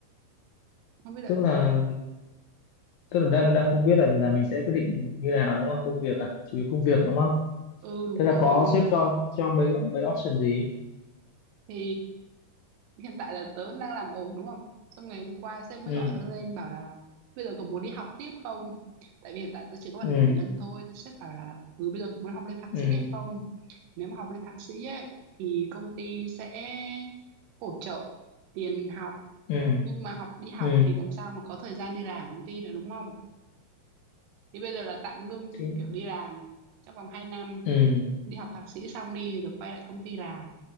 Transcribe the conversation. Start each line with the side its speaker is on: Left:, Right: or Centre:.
Right: Không biết là...
Left: tức là tức là đang đang không biết là là mình sẽ quyết định như nào đúng không công việc à chỉ vì công việc đúng không
Right: Ừ, đúng
Left: thế là
Right: rồi.
Left: có sếp cho cho mấy mấy option gì
Right: thì hiện tại là tớ vẫn đang làm ổn đúng không xong ngày hôm qua sếp mới
Left: ừ
Right: gọi tớ lên bảo là bây giờ còn muốn đi học tiếp không tại vì hiện tại tớ chỉ có bằng
Left: ừ
Right: cử nhân thôi sếp bảo là ừ bây giờ còn muốn học lên thạc
Left: ừ
Right: sĩ hay không nếu mà học lên thạc sĩ ấy thì công ty sẽ hỗ trợ tiền học
Left: ừ
Right: nhưng mà học đi học
Left: ừ
Right: thì làm sao mà có thời gian đi làm công ty nữa đúng không thì bây giờ là tạm ngưng
Left: thế
Right: kiểu đi làm trong vòng 2 năm
Left: ừ
Right: đi học thạc sĩ xong đi rồi quay lại công ty làm